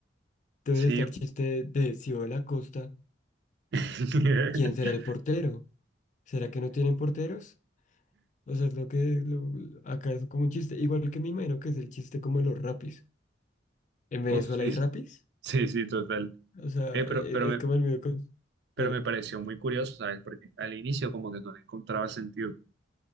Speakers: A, on the left; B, on the right.
A: Entonces
B: sí,
A: está el chiste de, si voy a la costa,
B: <laughs>
A: ¿quién será el portero? ¿Será que no tienen porteros? O sea, es lo que lo- acá es como un chiste, igual que me imagino que es el chiste como de los rapis. ¿En Venezuela
B: Uf, sí,
A: hay rapis?
B: sí, sí, total.
A: O sea,
B: Eh, pero,
A: e-
B: pero,
A: e,
B: me,
A: es, como el mío con...
B: pero
A: Dime.
B: me pareció muy curioso, ¿sabes? Porque al inicio como que no le encontraba sentido.